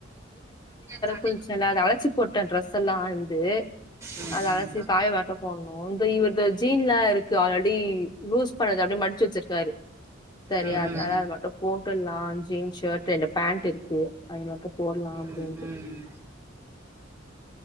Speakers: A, on the right (about 15°); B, on the left (about 20°).
A: ஜாத்தி
B: குளிச்சனல்ல அது அழச்சி போட்டேன் டிரெஸ் எல்லாம் வந்து
A: ம்,
B: அதை
A: ம்.
B: அழச்சி காயவாட்ட போடணும் இந்த இவ ஜீன் இருக்கு ஆல்ரெடி யூஸ் பண்ணறது அப்படிய மடிச்சு வச்சிருக்காரு சரியா
A: ம்,
B: அதனால
A: ம்.
B: அது மட்டும் போட்டுலாம் ஜீன்ஸ் ஷர்ட் அண்டு பேண்டட் இருக்கு அது மட்டும் போடலாம் அப்படின்னுட்டு
A: ம், ம்.